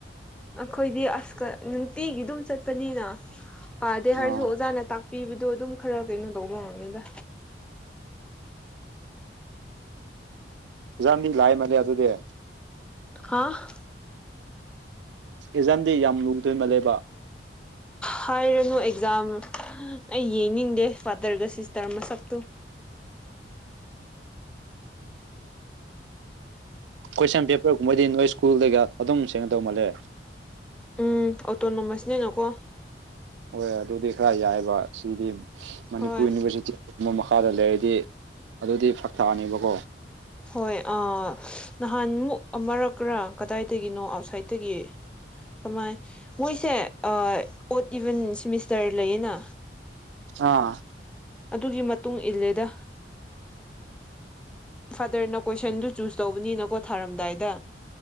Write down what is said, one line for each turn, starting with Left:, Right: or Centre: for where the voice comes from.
Centre: ꯑꯩꯈꯣꯏꯗꯤ ꯑꯁꯀ ꯅꯨꯡꯇꯤꯒꯤ ꯑꯗꯨꯝ ꯆꯠꯄꯅꯤꯅ ꯄꯥꯗꯦ ꯍꯥꯏꯔꯁꯨ
Right: ꯑꯥ
Centre: ꯑꯣꯖꯥꯅ ꯇꯥꯛꯄꯤꯕꯗꯣ ꯑꯗꯨꯝ ꯈꯔ ꯀꯩꯅꯣ ꯇꯧꯕ ꯉꯝꯃꯤꯗ
Right: <unintelligible> ꯂꯥꯛꯏ ꯃꯥꯜꯂꯦ ꯑꯗꯨꯗꯤ
Centre: ꯍꯥꯥ
Right: ꯑꯦꯛꯖꯥꯝꯗꯤ ꯌꯥꯝ ꯂꯨ <unintelligible>
Centre: ꯍꯥꯏꯔꯅꯨ ꯑꯦꯛꯖꯥꯝ ꯑꯩ ꯌꯦꯡꯅꯤꯡꯗꯦ ꯐꯥꯗꯔꯒ ꯁꯤꯁꯇꯔ ꯃꯁꯛꯇꯨ
Right: ꯀꯣꯏꯁꯟ ꯄꯦꯄꯔꯒꯨꯝꯕꯩꯗꯤ ꯅꯣꯏ ꯁ꯭ꯀꯨꯜꯗꯒ ꯑꯗꯨꯝ ꯁꯦꯡꯅ ꯇꯧꯃꯜꯂꯦ
Centre: ꯎꯝ ꯑꯣꯇꯣꯅꯣꯃꯁꯅꯤ ꯅꯀꯣ
Right: ꯍꯣꯏ ꯑꯗꯨꯗꯤ ꯈꯔ ꯌꯥꯏꯑꯕ ꯁꯤꯗꯤ ꯃꯅꯤꯄꯨꯔ
Centre: ꯍꯣꯏ
Right: ꯌꯨꯅꯤꯚꯔꯁꯤꯇꯤ ꯃꯈꯥꯗ ꯂꯩꯔꯗꯤ ꯑꯗꯨꯗꯤ ꯐꯛꯊꯥꯅꯦꯕꯀꯣ
Centre: ꯍꯣꯏ ꯑꯥ ꯅꯍꯥꯟꯃꯨꯛ ꯑꯃꯔꯛꯀꯔꯥ ꯀꯗꯥꯏꯗꯒꯤꯅꯣ ꯑꯥꯎꯠꯁꯥꯏꯇꯒꯤ ꯀꯃꯥꯏ ꯃꯣꯏꯁꯦ ꯑꯣꯠ ꯏꯚꯟ ꯁꯤꯃꯤꯁꯇꯔ ꯂꯩꯌꯦꯅ
Right: ꯑꯥ
Centre: ꯑꯗꯨꯒꯤ ꯃꯇꯨꯡ ꯏꯜꯂꯦꯗ ꯐꯥꯗꯔꯅ ꯀꯣꯏꯁꯟꯗꯨ ꯆꯨꯁ ꯇꯧꯕꯅꯤꯅꯀꯣ ꯊꯥꯔꯝꯗꯥꯏꯗ